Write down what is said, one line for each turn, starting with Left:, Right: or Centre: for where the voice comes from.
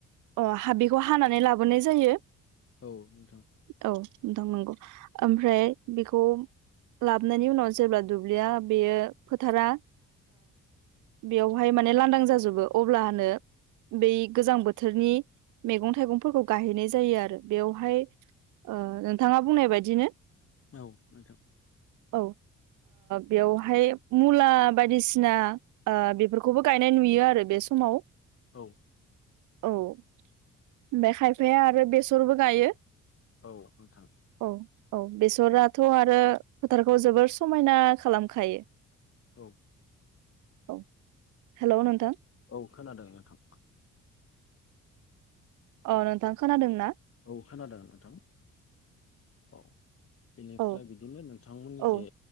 Right: अ हा बेखौ हानानै लाबोनाय जायो
Left: औ नोंथां
Right: औ नोंथां नगौ ओमफ्राय बेखौ लाबोननि उनाव जेब्ला दुब्लिया बेयो फोथारा बेयावहाय माने लांदां जाजोबो अब्लानो बै गोजां बोथोरनि मैगं थाइगंफोरखौ गाहैनाय जायो आरो बेवहाय नोंथाङा बुंनाय बायदिनो
Left: औ नोंथां
Right: औ बेवहाय मुला बायदिसिना बेफोरखौबो गायनाय नुयो आरो बे समाव
Left: औ
Right: औ ओमफ्राय खायफाया आरो बेसरबो गायो
Left: औ नोंथां
Right: औ औ बेसराथ' आरो फोथारखौ जोबोर समायना खालामखायो
Left: औ
Right: औ हेल' नोंथां
Left: औ खोनादों नोंथां
Right: अ नोंथां खोनादों ना
Left: औ खोनादों नोंथां औ बेनिफ्राय
Right: औ
Left: बिदिनो नोंथांमोननिखै
Right: औ